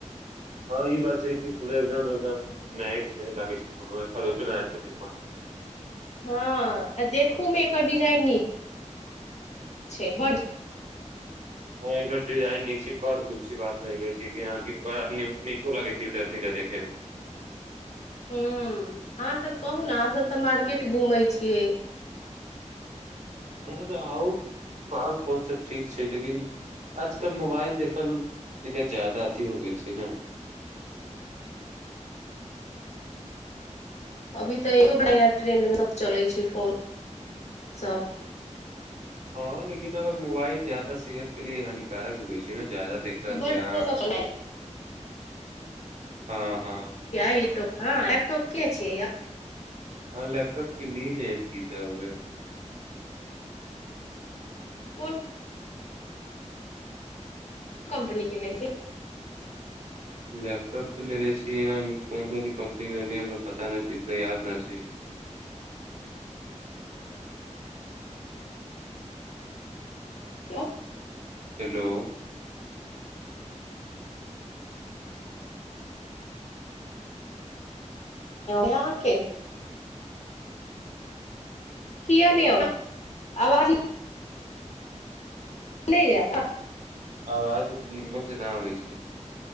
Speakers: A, on the right; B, on the left.
A: हँ ई बात छै कि पूरा एकदम एकदम नये के नये लागै छै फोन कोनो खरोंचो नहि आबै छै फोन मे
B: हँ आ देखूमे एकर डिजाइन नीक छै बड
A: ह एकर डिजाइन नीक छै करब लुक छै बात सहि कहै छी नीको लगै छै देखे मे
B: ह्म अहाँसभ कहू ने अहाँसभ तऽ मार्केट घूमै छियै
A: हँ तऽ आओर आओर फोन सब ठीक छै लेकिन आजकल मोबाइल देखल ज्यादा अथी हो गेल छै ने
B: अभी तऽ एको बढ़या ट्रेंडमे सभ चलै छै फोन सभ
A: हँ लेकिन अगर मोबाइल ज्यादा सेहत के लिए हानिकारक होइ छै ने ज्यादा देखला से
B: बड
A: आंख
B: फोन सब
A: हँ हँ
B: य हँ लैपटॉप के छियै य
A: हँं लैपटॉप की टइप की जा होगे
B: कोन कम्पनी के लेथि
A: लैपटॉप तऽ लेले छीियै हमह कोन धनी कम्पनी के रहलिय हमरा पता नहि छै इतना याद न छै
B: को
A: हेलो
B: यहके की आ देौ आवाज नहि जैसा
A: आवाज निमज न हो छै